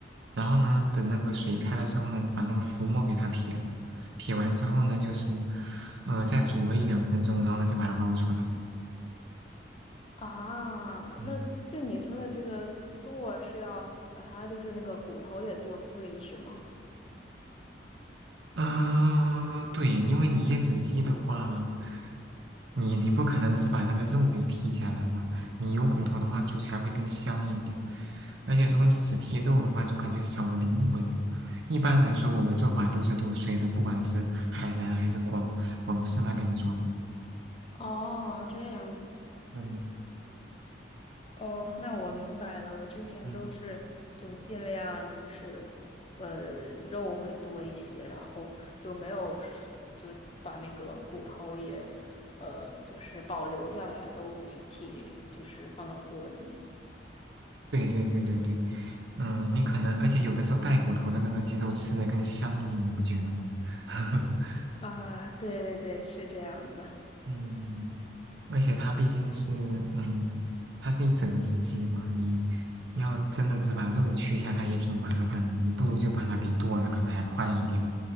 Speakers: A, on the right; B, on the left.
A: 然后呢，等那个水开了之后呢，把那个浮沫给它撇了，撇完之后呢，就是，呃，再煮个一两分钟，然后呢再把它捞出来。
B: 啊，
A: 嗯，
B: 那就你说的这个剁是要把它就是那个骨头也剁碎是吗？
A: 啊、对，因为你椰子鸡的话，你你不可能只把那个肉给剔下来吧？你有骨头的话，煮起来会更香一点。而且如果你只剔肉的话，总感觉少了灵魂。一般来说，我们做法都是剁碎的，不管是海南还是广广式那边的做法。
B: 哦，这样子。
A: 嗯
B: 哦，那我明白了。我之前都是就尽量就是，
A: 嗯。
B: 呃，肉会多一些，然后就没有是就把那个骨头也，呃，就是保留下来，都一起就是放到锅里。
A: 对对对对对，嗯，你可能，而且有的时候带骨头的那个鸡肉吃的更香一点，你不觉得吗？<laughs>
B: 啊，对对对，是这样的。<laughs>
A: 嗯，而且它毕竟是，嗯，它是一整只鸡嘛，你你要真的是把肉去一下，它也挺麻烦的，你不如就把它给剁了，可能还快一点，